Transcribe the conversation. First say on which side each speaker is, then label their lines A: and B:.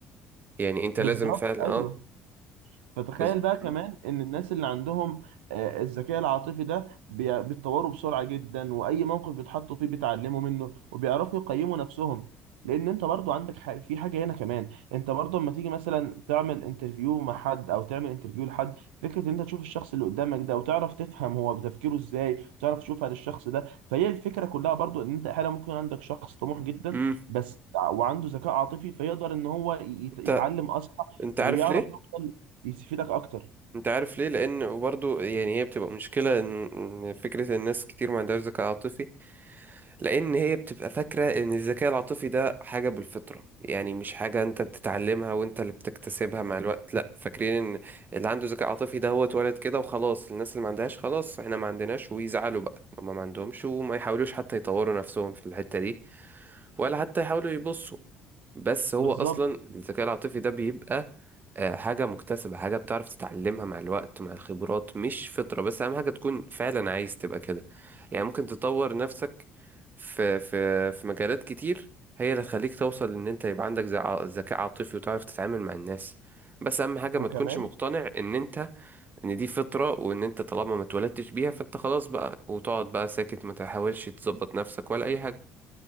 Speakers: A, on the right (about 30°); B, on the right (about 70°).
A: يعني أنت
B: بالظبط
A: لازم فعلا
B: ايوه
A: أه
B: فتخيل
A: وز-
B: بقى كمان
A: مم.
B: ان الناس اللي عندهم آه، الذكاء العاطفي ده بي- بيتطوروا بسرعه جدا واي موقف بيتحطوا فيه بيتعلموا منه وبيعرفوا يقيموا نفسهم لان انت برضو عندك ح- في حاجه هنا كمان انت برضو لما تيجي مثلا تعمل انترفيو مع حد او تعمل انترفيو لحد فكره ان انت تشوف الشخص اللي قدامك ده وتعرف تفهم هو بتفكيره ازاي تعرف تشوف هذا الشخص ده فهي الفكره كلها برضو ان انت احيانا ممكن عندك شخص طموح جدا
A: مم.
B: بس وعنده ذكاء عاطفي فيقدر ان هو يت-
A: أنت
B: يتعلم اسرع
A: أنت
B: ويعرف
A: عارف ليه؟
B: يفيدك اكتر
A: أنت عارف ليه؟ لأن برضو يعني هي بتبقى مشكلة إن إن فكرة الناس كتير ما عندهاش ذكاء عاطفي لان هي بتبقى فاكره ان الذكاء العاطفي ده حاجه بالفطره يعني مش حاجه انت بتتعلمها وانت اللي بتكتسبها مع الوقت لا فاكرين ان اللي عنده ذكاء عاطفي ده هو اتولد كده وخلاص الناس اللي ما عندهاش خلاص احنا ما عندناش ويزعلوا بقى هما ما عندهمش وما يحاولوش حتى يطوروا نفسهم في الحته دي ولا حتى يحاولوا يبصوا بس هو
B: بالظبط
A: اصلا الذكاء العاطفي ده بيبقى آه، حاجة مكتسبة حاجة بتعرف تتعلمها مع الوقت مع الخبرات مش فطرة بس أهم حاجة تكون فعلا عايز تبقى كده يعني ممكن تطور نفسك في في في مجالات كتير هي اللي تخليك توصل إن أنت يبقى عندك ذع- ذكاء عاطفي وتعرف تتعامل مع الناس بس أهم حاجة
B: وكمان
A: ما تكونش مقتنع إن أنت إن دي فطرة وإن أنت طالما ما اتولدتش بيها فأنت خلاص بقى وتقعد بقى ساكت ما تحاولش تظبط نفسك ولا أي حاجة